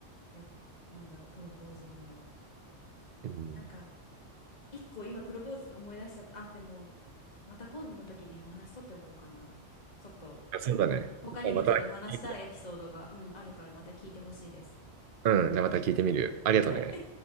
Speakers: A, on the left; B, on the right.
A: や、なんだろう、プロポーズも。
B: うん。
A: なんか、一個今プロポーズ思い出しちゃった。あ、でも、また今度の時にお話取っておこうかな。ちょっと、
B: そうだね。
A: は、他にもちょっと話したいエピソードが、
B: じゃあまた聞いて、
A: うん、あるからまた聞いてほしいです。
B: うん、じゃあまた聞いてみる。ありがとうね。
A: はい